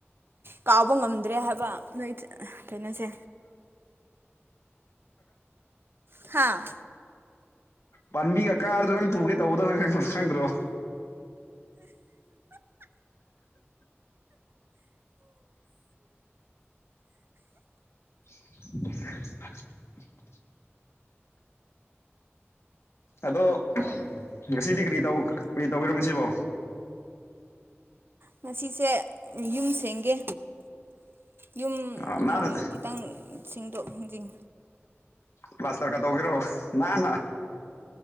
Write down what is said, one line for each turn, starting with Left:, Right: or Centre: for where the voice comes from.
Right: ꯀꯥꯎꯕ ꯉꯝꯗ꯭ꯔꯦ ꯍꯥꯏꯕ ꯅꯣꯏ ꯀꯩꯅꯣꯁꯦ ꯍꯥꯥ
Left: ꯄꯥꯟꯕꯤꯒ ꯀꯥꯔꯗ ꯅꯪ ꯇꯨꯒꯦ ꯇꯧꯕꯗꯣ ꯅꯪ ꯈꯪ ꯈꯪꯗ꯭ꯔꯣ <inaudible> ꯑꯗꯣ ꯉꯁꯤꯗꯤ ꯀꯔꯤ ꯇꯧ ꯀꯔꯤ ꯇꯧꯔꯤꯉꯁꯤꯕꯣ
Right: ꯉꯁꯤꯁꯦ ꯌꯨꯝ ꯁꯦꯡꯒꯦ ꯌꯨꯝ
Left: ꯑ ꯅꯥꯟꯅ
Right: ꯈꯤꯇꯪ ꯁꯤꯡꯗꯣꯛ ꯍꯦꯟꯖꯤꯡ
Left: ꯄ꯭ꯂꯥꯁꯇꯔ ꯀ ꯇꯧꯒꯦꯔꯣ ꯅꯥꯟꯅ